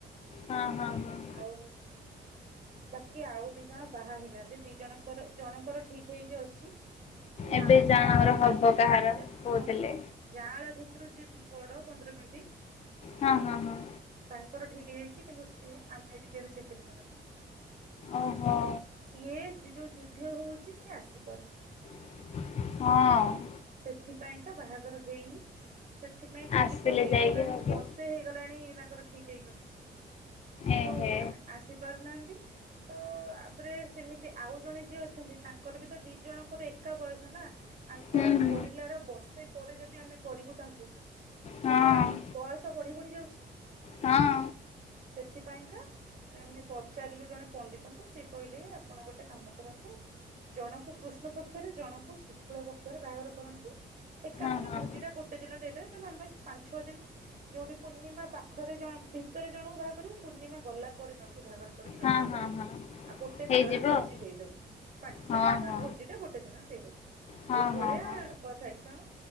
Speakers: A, on the left (about 35°); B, on the right (about 40°).
A: ହଁ ହଁ ହଁ
B: ଆଉ ବାକି ଆଉ ଦି ଜଣ ବାହା ହେଇନାହାନ୍ତି ଦି ଜଣଙ୍କର ଜଣଙ୍କର ଠିକ ହେଇକି ଅଛି ସିଏ
A: ଏବେ
B: ଆମ
A: ଜଣଙ୍କର
B: ଯୋଉା
A: ହବ କାହାର କହୁଥିଲେ।
B: ହଁ ଯାଆଁଳା ଭିତରୁ ଯିଏ ବଡ ପନ୍ଦର ମିନିଟ୍।
A: ହଁ ହଁ ହଁ।
B: ତାଙ୍କର ଠିକ୍ ହେଇ ଯାଇଚି କିନ୍ତୁ ସେ ଆମେରିକାରେ ଚାକିରି କରନ୍ତି।
A: ଓହୋ।
B: ସିଏ ଏ ଯଉ ଯୁଦ୍ଧ ହଉଚି ସେ ଆସିପାରୁନାହାନ୍ତି।
A: ହଁ।
B: ସେଥିପାଇଁକା ବାହାଘର ହେଇନି ସେଥିପାଇଁ ଡେରି
A: ଆସିଲେ
B: ତ ହେଇଗଲାଣି
A: ଯାଇକି ଆଉ କେ
B: ବର୍ଷେ ହେଇଗଲାଣି ତାଙ୍କର ଠିକ ହେଇକି ଅଛି କିନ୍ତୁ
A: ଏହେ
B: ଆସି ପାରୁନାହାନ୍ତି ତ ଆପରେ ସେମିତି ଆଉ ଜଣେ ଯିଏ ଅଛନ୍ତି ତାଙ୍କର ବି ତ ଦି ଜଣଙ୍କର ଏକା ବୟସ। ନା ।
A: ହୁଁ
B: କର
A: ହୁଁ।
B: କରିଲାର ବର୍ଷେ ପରେ ଯଦି ଆମେ କରିବୁ ତା ଙ୍କୁ।
A: ହଁ
B: ସମୟ
A: ହଁ।
B: ବୟସ ବଢି ବଢି ଯାଉଛି।
A: ହଁ।
B: ସେଥିପାଇଁକା ଆମେ ପଚାରିଲୁ ଜଣେ ପଣ୍ଡିତଙ୍କୁ ସିଏ କହିଲେ ଆପଣ ଗୋଟେ କାମ କରନ୍ତୁ ଜଣକୁ କୃଷ୍ଣ ପକ୍ଷରେ ଜଣଙ୍କୁ ଶୁକ୍ଳ ପ କ୍ଷ ରେ ବାହାଘର କରନ୍ତୁ ଏକା
A: ହଁ
B: ଥରେ
A: ହଁ।
B: ଭୋଜି ଟା ଗୋଟେ ଦିନ ଦେଇଦେବେ ତେଣୁ ଆମେ ପାଞ୍ଚ ଛଅ ଦିନ ଯୋଉଠି ପୂର୍ଣ୍ଣିମା ପାଖରେ ଭିତରେ ଜଣକୁ ବାହା କରିବୁ ପୂର୍ଣ୍ଣିମା ଗଲା ପରେ ଜଣକୁ ବାହାଘର କରିବୁ
A: ହଁ
B: ଏକାଥରେ
A: ହଁ ହଁ
B: ଆଉ ଗୋଟେ
A: ହେଇଯିବ
B: ଦିନରେ ଭୋଜି
A: ଆଉ।
B: ଦେଇଦବୁ ପାଟି
A: ହଁ
B: ଟା ଆମର
A: ହଁ
B: ଭୋଜି ଟା ଗୋଟେ ଦିନରେ ଦେଇଦବୁ।
A: ହଁ
B: ଏଇ ଭଳିଆ
A: ହଁ ହଁ
B: କଥା ହେଇଛି ତେଣୁ